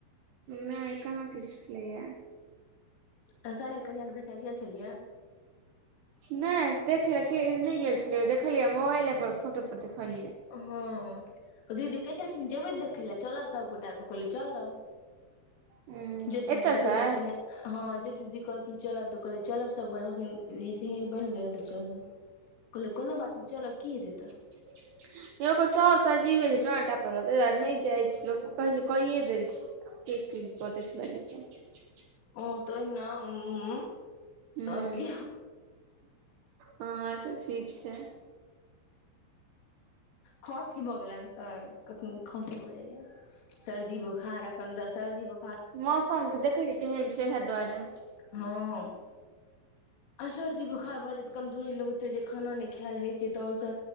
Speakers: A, on the right (about 70°); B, on the left (about 85°).
A: नैऽ कहाँ किछ <unintelligible> टलैयैऽ।
B: त साहिल कनियां के देखए गेल छलि यैऽ?
A: नय देखेलय के-नय गेल छलियैयैऽ, देखलियै मोबाइले पर फोटो पर देखलियैऽ।
B: हँ। दीदी कहै छलखिन जेबैय देखैऽ लए चलब सभगोटा तऽ कहलियैऽ चलब।
A: हूं
B: ज्योति
A: एतऽ
B: दीदि
A: छै
B: कहैछलखिन्हे हँ जोति दीदी कहलखिन चलब तऽ कहल चलब सभ गो- कहलखिन, निशिन बैन लेब त चलब। कहलै कोनो बात नय, चलब की हेतै तऽ
A: <unintelligible> गै ओकर साउस अजीवे छै, टोना टापर वला, तय दुआरे नय जाइ छै लोक कहै छै, कैयेऽ दै छै। <unintelligible>
B: ओ तो ओहिना उं-उं -उं,
A: हूं
B: त और की?
A: हँ, सब ठीक छै।
B: खस की भ गैलैन? अ कखनो खांसी भऽ जाइयैऽ, सर्दी बोखार, अखन त सर्दी बो-
A: मौसम के देखै छै, केहन छै इहै दुआरे।
B: हँ। आ सर्दी बोखार भ जेतय, कमजोरी लगैत रै छै, खाना नय खैल हय तहन स,